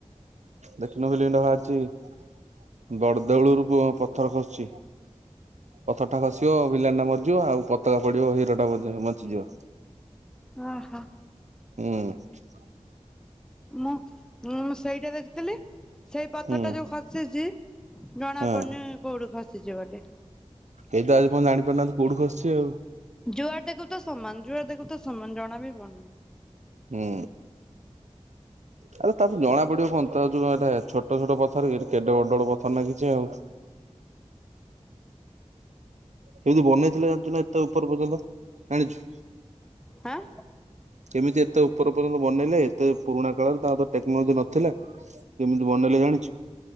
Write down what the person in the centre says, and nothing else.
ଓ ହୋ।
ମୁଁଁ -ମୁଁ ସେଇଟା ଦେଖିଥିଲି ସେଇ ପଥର
ଟା ଯଉ ଖସିଚି ଜଣା
ପଡୁନି କଉଠୁ ଖସିଚି ଗୋଟେ।
ଯୁଆଡେ ଦେଖିବୁ ତ ସମାନ୍ ଯୁଆଡେ ଦେଖିବୁ ସମାନ୍ ଜଣା ବି ପଡୁନି।
ହାଁ